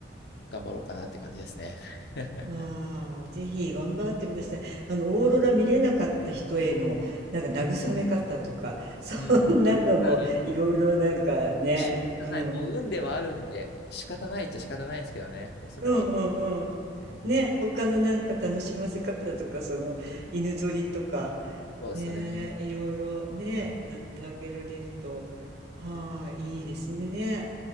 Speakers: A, on the left; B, on the right.
A: 頑張ろうかなって感じですね。<laughs>
B: わあ、ぜひ頑張ってください。あの、オーロラ見れなかった人への、なんか慰め方とか、そんなのもいろいろなんかね、
A: うん。まあ、仕方ない。
B: うん。
A: もう運ではあるんで、仕方ないっちゃ仕方ないですけどね。もうそれは。
B: うんうんうん。
A: うん、
B: ね、他のなんか楽しませ方とか、その犬ぞりとか、
A: そうですよね。
B: ね、いろいろね、
A: うん。
B: やってあげられると、はい、いいですね。